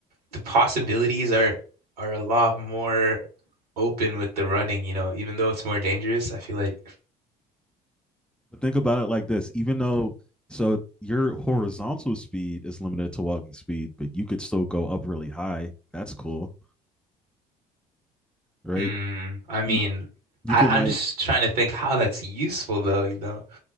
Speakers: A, on the right (about 75°); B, in the centre.
A: the possibilities are are a lot more open with the running, you know, even though it's more dangerous, I feel like
B: But think about it like this, even though so your horizontal speed is limited to walking speed, but you could still go up really high. That's cool, right?
A: Hmm. I mean,
B: You you
A: I,
B: can like
A: I'm just trying to think how that's useful though, you know?